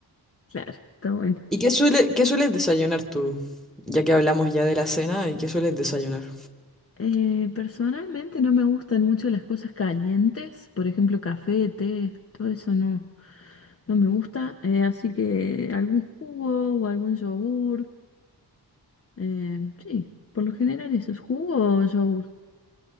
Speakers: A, on the left; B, in the centre.
A: Claro, está bueno.
B: ¿Y qué suele, qué sueles desayunar tú? Ya que hablamos ya de la cena, ¿y qué sueles desayunar?
A: Eh, personalmente no me gustan mucho las cosas calientes, por ejemplo, café, té, todo eso no, no me gusta. Eh, así que algún jugo o algún yogur. eh, sí, por lo general eso es jugo o yogur.